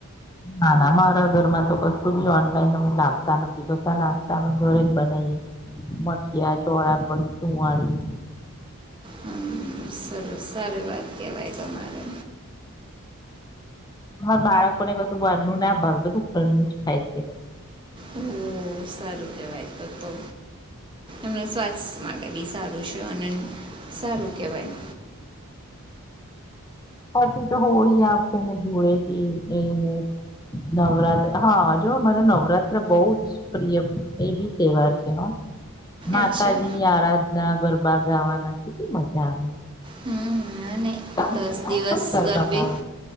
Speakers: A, on the left; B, on the right.
A: ના ના મારા ઘર માં તો કશું બી ઓનલાઈન અમે લાવતા નથી, બધા નાસ્તા ઘરેજ અમે ઘરેજ બનાવીએ મઠિયા, ચોરાફળી, ચુંવારી
B: હમ્મ, સરસ સારી વાત કેવાય તમારે.
A: હા, બાળકોને કશું ઘરનું ના ભાવે બધું ઘરનું જ ખાય છે, એ લોકો
B: ઓ, સારું કેવાય તો તો એમણા સ્વાસ્થ્ય માટે બી સારું છે અને સારું કેહેવાય
A: હા, પછી તો હોળી આવસે ને ધુળેટી કે એને નવરાત્ર હા, જો મને નવરાત્ર બીજ પ્રિય એ બી તહેવાર છે, હા. માતાજીની
B: અચ્છા
A: આરાધના, ગરબા ગાવાના, કેટલી મજા આવે.
B: હમ્મ. અને
A: તમે
B: દસ
A: જતા
B: દિવસ
A: હશો ને ગરબા
B: ગરબે.
A: ગાવા